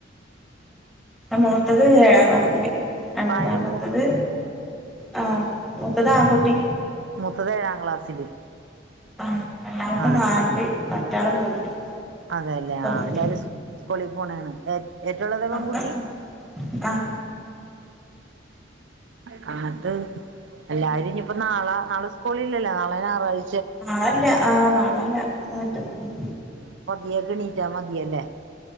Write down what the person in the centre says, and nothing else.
മൂത്തത് ഏഴാം ക്ലാസില്
രണ്ടാമത്തത്
ആ മൂത്തത് ആൺകുട്ടി
ആ രണ്ടാമത്തെ
നാലില് മറ്റേആള് മൂന്നില്
പെൺകുട്ടി
ഒക്കെ സ്കൂൾ ആഹ്
നാളെല്ലാ ആഹ് നാളെല്ലാ മറ്റന്നാള്